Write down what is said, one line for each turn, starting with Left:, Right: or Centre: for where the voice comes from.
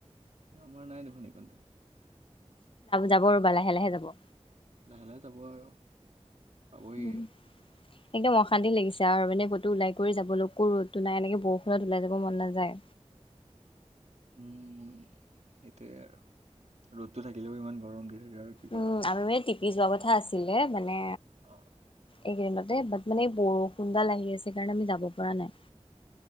Right: ন আমাৰ নাই দেখোন এইকন্তে।
Left: যাব ৰ'বা লাহে লাহে যাব।
Right: লাহে লাহে যাব আৰু। পাবহিয়ে
Left: উম। একদম অশান্তি লাগিছে আৰু মানে ক'তো ওলাই কৰি যাবলৈকো ৰ'দটো নাই এনেকে বৰষুণত ওলাই যাব মন নাযায়।
Right: উম, সেইটোয়ে আৰু ৰ'দটো থাকিলেও ইমান গৰম দি থাকে আৰু। কি ক'বা।
Left: উম, আমি মানে টিপি যোৱা কথা আছিলে, মানে
Right: অ'।
Left: এইকেইদিনতে, বাট মানে এই বৰষুণ দাল আহি আছে, সেইকাৰণে আমি যাব পৰা নাই।